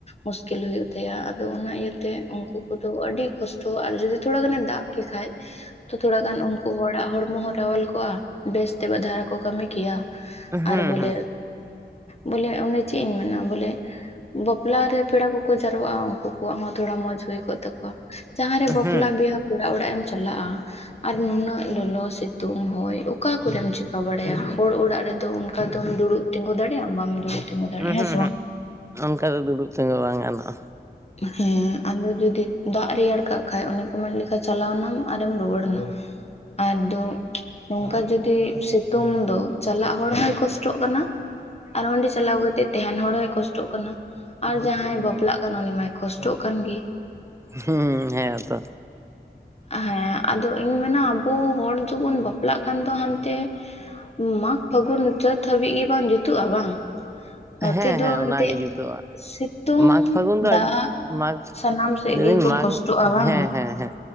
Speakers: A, on the left; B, on the right.
A: ᱢᱩᱥᱠᱤᱞ ᱦᱩᱭᱩᱜ ᱛᱟᱭᱟ ᱟᱫᱚ ᱚᱱᱟ ᱤᱭᱟᱹᱛᱮ ᱩᱱᱠᱩ ᱠᱚᱫᱚ ᱟᱹᱰᱤ ᱠᱚᱥᱴᱚ ᱟᱨ ᱡᱩᱫᱤ ᱛᱷᱚᱲᱟ ᱜᱟᱱᱮ ᱫᱟᱜ ᱠᱮ ᱠᱷᱟᱡ ᱛᱚ ᱛᱷᱚᱲᱟ ᱜᱟᱱ ᱩᱱᱠᱩ ᱦᱚᱲᱟᱜ ᱦᱚᱲᱢᱚ ᱦᱚᱸ ᱨᱟᱣᱟᱞ ᱠᱚᱜᱼᱟ ᱵᱮᱥᱛᱮ ᱫᱷᱟᱨᱟ ᱠᱚ ᱠᱟᱹᱢᱤ ᱠᱮᱭᱟ
B: ᱦᱟᱸᱜ
A: ᱟᱨ
B: ᱦᱩᱸ
A: ᱵᱚᱞᱮ
B: ᱦᱩᱸ
A: ᱵᱚᱞᱮ ᱚᱸᱰᱮ ᱪᱮᱫ ᱤᱧ ᱢᱮᱱᱟ ᱵᱚᱞᱮ ᱵᱟᱯᱞᱟ ᱨᱮ ᱯᱮᱲᱟ ᱠᱚᱠᱚ ᱡᱟᱨᱣᱟ ᱩᱱᱠᱩ ᱠᱚᱣᱟᱜ ᱦᱚᱸ ᱛᱷᱚᱲᱟ ᱢᱚᱸᱡᱽ ᱦᱩᱭ ᱠᱚᱜ ᱛᱟᱠᱚᱣᱟ ᱡᱟᱸᱦᱟ ᱨᱮ ᱵᱟᱯᱞᱟ
B: ᱦᱩᱸ
A: ᱵᱤᱦᱟᱹ ᱠᱚ ᱯᱮᱲᱟ ᱚᱲᱟᱜ ᱮᱢ ᱪᱟᱞᱟᱜᱼᱟ ᱟᱨ ᱱᱩᱱᱟᱹᱜ ᱞᱚᱞᱚ ᱥᱤᱛᱩᱝ ᱦᱚᱭ ᱚᱠᱟ ᱠᱚᱨᱮᱢ ᱪᱤᱠᱟ ᱵᱟᱲᱟᱭᱟ ᱦᱚᱲ ᱚᱲᱟᱜ ᱨᱮᱫᱚ ᱚᱱᱠᱟ ᱫᱚᱢ ᱫᱩᱲᱩᱵ ᱛᱤᱸᱜᱩ ᱫᱟᱲᱮᱭᱟᱜᱼᱟᱢ ᱵᱟᱢ ᱫᱩᱲᱩᱵ ᱛᱤᱸᱜᱩ ᱫᱟᱲᱮᱭᱟᱜᱼᱟ
B: ᱩᱸᱦᱩ
A: ᱦᱮᱸ ᱥᱮ
B: ᱩᱸᱦᱩᱜ
A: ᱵᱟᱝ
B: ᱚᱱᱠᱟ ᱫᱚ ᱫᱩᱲᱩᱵ ᱛᱤᱜᱩ ᱵᱟᱝ ᱜᱟᱱᱚᱜᱼᱟ
A: ᱦᱮᱸ ᱟᱫᱚ ᱡᱩᱫᱤ ᱫᱟᱜ ᱨᱮᱭᱟᱲ ᱠᱟᱜ ᱠᱷᱟᱡ ᱚᱱᱮ ᱠᱚ ᱢᱮᱱ ᱞᱮᱠᱷᱟ ᱪᱟᱞᱟᱣᱱᱟᱢ ᱟᱨᱮᱢ ᱨᱩᱣᱟᱹᱲᱱᱟ ᱟᱫᱚ ᱱᱚᱝᱠᱟ ᱡᱩᱫᱤ ᱥᱤᱛᱩᱝ ᱫᱚ ᱪᱟᱞᱟᱜ ᱦᱚᱲ ᱦᱚᱭ ᱠᱚᱥᱴᱚᱜ ᱠᱟᱱᱟ ᱟᱨ ᱚᱸᱰᱮ ᱪᱟᱞᱟᱣ ᱠᱟᱛᱮ ᱛᱟᱦᱮᱱ ᱦᱚᱲ ᱦᱚᱸᱭ ᱠᱚᱥᱴᱚᱜ ᱠᱟᱱᱟ ᱟᱨ ᱡᱟᱦᱟᱸᱭ ᱵᱟᱯᱞᱟᱜ ᱠᱟᱱᱟ ᱠᱚᱥᱴᱚᱜ ᱠᱟᱱ ᱜᱤ
B: ᱦᱩᱸ ᱦᱮᱸ ᱛᱚ
A: ᱦᱮᱸ ᱟᱫᱚ ᱤᱧ ᱢᱮᱱᱟ ᱟᱵᱳ ᱦᱚᱲ ᱫᱚᱵᱚᱱ ᱵᱟᱯᱞᱟᱜ ᱠᱷᱟᱱ ᱫᱚ ᱦᱟᱱᱛᱮ ᱢᱟᱜᱽ ᱯᱷᱟᱹᱜᱩᱱ ᱪᱟᱹᱛ ᱦᱟᱹᱵᱤᱡ ᱜᱮ ᱵᱟᱝ ᱡᱩᱛᱩᱜᱼᱟ ᱵᱟᱝ ᱱᱚᱛᱮ
B: ᱦᱮᱸ
A: ᱫᱚ
B: ᱦᱮᱸ
A: ᱮᱱᱛᱮ
B: ᱚᱱᱟᱜᱮ ᱡᱩᱛᱚᱜᱼᱟ
A: ᱥᱤᱛᱩᱝ
B: ᱢᱟᱜᱽ ᱯᱷᱟᱹᱜᱩᱱ
A: ᱫᱟᱜ
B: ᱫᱚ ᱢᱟᱜᱽ
A: ᱥᱟᱱᱟᱢ ᱥᱮᱫ
B: ᱞᱟᱹᱭᱫᱟᱹᱧ
A: ᱜᱮᱵᱚᱱ
B: ᱢᱟᱜᱽ
A: ᱠᱚᱥᱴᱚᱜᱼᱟ ᱵᱟᱝ
B: ᱦᱮᱸ ᱦᱮᱸ ᱦᱮᱸ